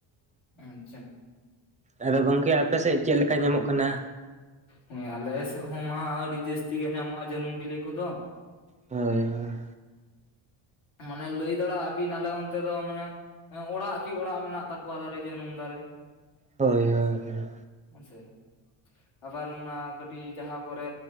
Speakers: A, on the left (about 75°); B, on the right (about 15°).
A: ᱟᱪᱪᱷᱟ
B: ᱟᱫᱚ ᱜᱚᱝᱠᱮ ᱟᱯᱮ ᱥᱮᱫ ᱪᱮᱫ ᱞᱮᱠᱟ ᱧᱟᱢᱚᱜ ᱠᱟᱱᱟ?
A: ᱦᱩᱭ ᱟᱞᱮ ᱥᱮᱫ ᱦᱚᱸ ᱢᱟ ᱟᱹᱰᱤ ᱡᱟᱹᱥᱛᱤ ᱜᱮ ᱧᱟᱢᱚᱜ-ᱟ ᱡᱟᱹᱱᱩᱢ ᱵᱤᱞᱤ ᱠᱚ ᱫᱚ᱾
B: ᱦᱳᱭ ᱦᱳᱭ
A: ᱢᱟᱱᱮ ᱞᱟᱹᱭ ᱫᱟᱲᱮᱭᱟᱜ-ᱟ ᱵᱤᱱ ᱟᱞᱮ ᱚᱱᱛᱮ ᱫᱚ ᱢᱟᱱᱮ ᱦᱮᱸ ᱚᱲᱟᱜ ᱠᱤ ᱚᱲᱟᱜ ᱢᱮᱱᱟᱜ ᱛᱟᱠᱚᱣᱟ ᱫᱟᱨᱮ ᱡᱟᱹᱱᱩᱢ ᱫᱟᱨᱮ
B: ᱦᱳᱭ ᱦᱳᱭ ᱦᱳᱭ
A: <unintelligible> ᱟᱵᱟᱨ ᱚᱱᱟ ᱠᱟᱹᱴᱤᱡ ᱡᱟᱦᱟᱸ ᱠᱚᱨᱮ